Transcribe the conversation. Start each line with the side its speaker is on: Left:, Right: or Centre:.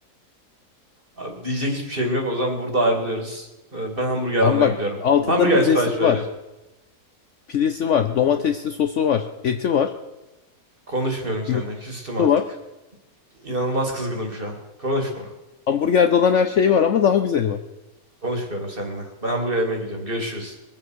Right: Abi diyecek hiçbir şeyim yok. O zaman burada ayrılıyoruz. Ee, Ben hamburger
Left: <laughs> Abi
Right: almaya
Left: bak
Right: gidiyorum.
Left: altında
Right: Hamburger
Left: pidesi
Right: sipariş vereceğim.
Left: var. Pidesi var. Domatesli sosu var. Eti var.
Right: Konuşmuyorum seninle.
Left: Yoğurdu
Right: Küstüm artık.
Left: var.
Right: İnanılmaz kızgınım şu an. Konuşma.
Left: Hamburgerde olan her şey var ama daha güzeli var.
Right: Konuşmuyorum seninle. Ben hamburger yemeye gidiyorum. Görüşürüz.